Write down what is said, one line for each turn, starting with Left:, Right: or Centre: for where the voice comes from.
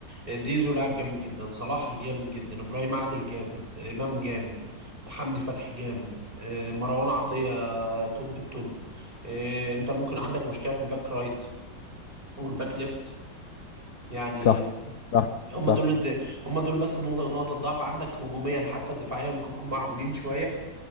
Right: زيزو لاعب جامد جدا صلاح جامد جدا ابراهيم عادل جامد امام جامد حمدي فتحي جامد آه، مروان عطية توب التوب آه، انت ممكن عندك مشكلة في الباك رايت والباك ليفت يعني
Left: صح صح
Right: هم
Left: صح
Right: دول الد... هم دول بس نقطة نقطة ضعف عندك هجوميا حتى الدفاعية ممكن يكون معقولين شوية